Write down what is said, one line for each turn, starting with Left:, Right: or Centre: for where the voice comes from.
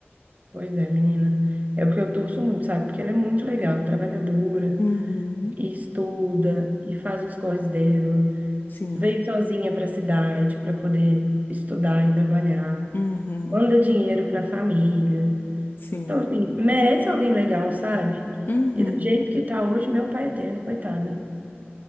Right: Pois é, menina. É o que eu torço muito, sabe? Porque ela é muito legal, trabalhadora,
Left: Uhum,
Right: e estuda, e faz os corres dela.
Left: sim.
Right: Veio sozinha para a cidade para poder estudar e trabalhar.
Left: Uhum,
Right: Manda dinheiro para a família.
Left: sim.
Right: Então, assim, merece alguém legal, sabe?
Left: Uhum.
Right: E do jeito que tá hoje, meu pai é eterno, coitada.